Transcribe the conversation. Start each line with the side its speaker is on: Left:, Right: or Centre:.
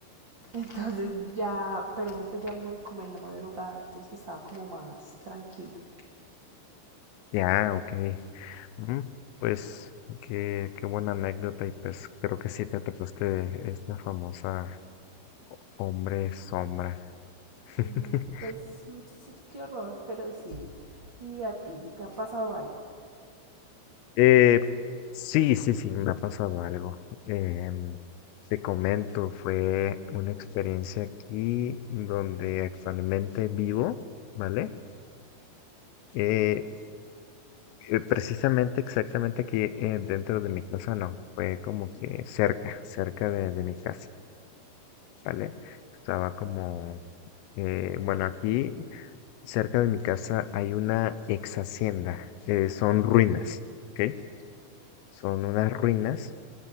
Right: Entonces ya, pero eso fue ya muy como en la madrugada, entonces estaba como más tranquila.
Left: Ya, ok. Ujú, Pues qué, qué buena anécdota y pues creo que sí te topaste esta famosa hombre sombra. <laughs>
Right: Mm, Pues mm, sí, qué horror, pero sí. ¿Y a ti? ¿Te ha pasado algo?
Left: Eh, sí, sí, sí, me ha pasado algo. Em, te comento, fue una experiencia aquí donde actualmente vivo, ¿vale? Eh, eh, precisamente, exactamente aquí eh, dentro de mi casa, no, fue como que cerca, cerca de, de mi casa, ¿vale? Estaba como Eh, bueno, aquí cerca de mi casa hay una ex hacienda. eh, son ruinas, ¿ok? Son unas ruinas